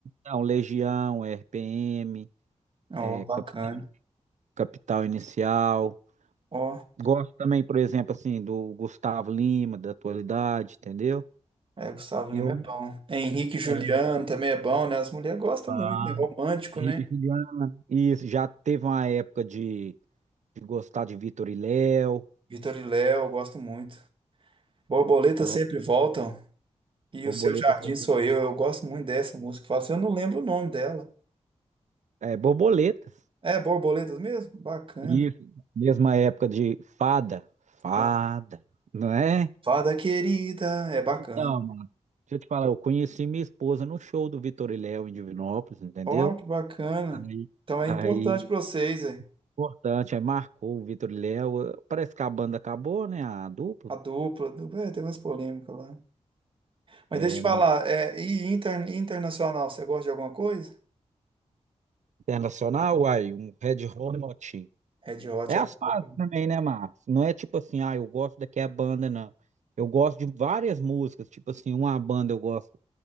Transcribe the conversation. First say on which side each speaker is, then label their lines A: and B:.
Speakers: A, on the right; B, on the right.
A: não, Legião, RPM,
B: Ó,
A: é,
B: bacana.
A: capital Capital Inicial.
B: Ó,
A: Gosto também, por exemplo, assim, do Gustavo Lima, da atualidade, entendeu?
B: é, Gustavo
A: Eu,
B: Lima é bom. É, Henrique e Juliano
A: é,
B: também é bom, né? As mulheres gostam
A: Ah,
B: muito, né? Romântico,
A: Felipe
B: né?
A: Juliano. Isso, já teve uma época de de gostar de Vitor e Léo.
B: Vitor e Léo, eu gosto muito. Borboletas
A: Top.
B: sempre voltam. E
A: Borboletas
B: o Seu Jardim
A: sempre
B: Sou
A: bom.
B: Eu, eu gosto muito dessa música. Fala assim, eu não lembro o nome dela.
A: É, borboletas.
B: É Borboletas mesmo? Bacana.
A: Isso. Mesma época de fada. Fada.
B: Ó,
A: Não é?
B: Fada Querida, é bacana.
A: Então, mano. Deixa eu te falar, eu conheci minha esposa no show do Vitor e Léo em Divinópolis, entendeu?
B: Ó, que bacana.
A: Aí,
B: Então é
A: aí,
B: importante para vocês, é.
A: importante, aí marcou o Vitor e Léo. Parece que a banda acabou, né? A dupla.
B: A dupla, a dupla, é, tem umas polêmicas lá. Mas
A: É,
B: deixa eu te falar,
A: mas
B: é, e inter- internacional, você gosta de alguma coisa?
A: internacional, aí, um Red Hot.
B: Red Hot
A: É as
B: é top.
A: fases também, né, Márcio? Não é tipo assim, ah, eu gosto daqui a banda, não. Eu gosto de várias músicas, tipo assim, uma banda eu gosto de